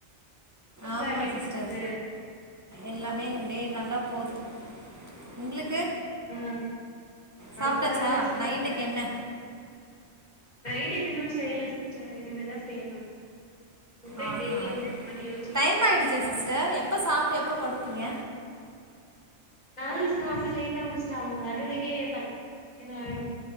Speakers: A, on the left; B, on the right.
A: <inaudible> சுலா
B: ஆமா
A: எப்டி
B: சிஸ்டர்
A: போது
B: எல்லாமே அப்டியே நல்லா போது உங்களுக்கு
A: ஆ ஆ
B: சாப்ட்டாச்சா
A: பரவால்ல சிஸ்டர்
B: நைட்டுக்கு என்ன
A: நைட்க்கு இன்னு செய்யல சிஸ்டர் இனிமேதா செய்ணு முட்ட
B: ஆஹா
A: கிரேவி மாரி யோசிச்சுட்டு
B: டைம்
A: இருக்க
B: ஆயிடுச்சே
A: சப்பாத்தி
B: சிஸ்டர்
A: முட்ட
B: எப்ப சாப்ட்டு எப்ப படுப்பீங்க
A: நா சாப்ட லேட்டாகு சிஸ்டர் அவுங்க வரதுக்கே பத்து மணிக்கு மேல ஆயிடு